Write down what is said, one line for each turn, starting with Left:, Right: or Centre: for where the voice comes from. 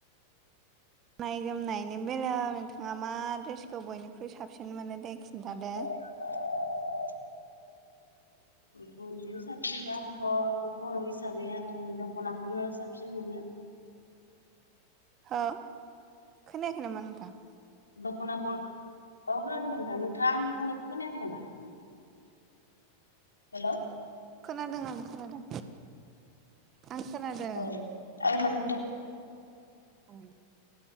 Right: गाननाय जोमनायनि बेलायाव नोंथाङा मा ड्रेसखौ बयनिख्रुइ साबसिन मोनो दे खिन्थादो।
Left: <inaudible> बयनिख्रुइ साबसिन दा आंथ' बर' हिसाबै आङो दख'नाखौनो साबसिन मोनो।
Right: हो खोनायाखै नामा नोंथां?
Left: दख'नाखौ औ खोनादों नोंथां नोंथाङा आंनि बुंनायखौ खोनायाखै नामा? हेलौ।
Right: खोनादों आं खोनादों। आं खोनादों
Left: औ आं माने द
Right: औ।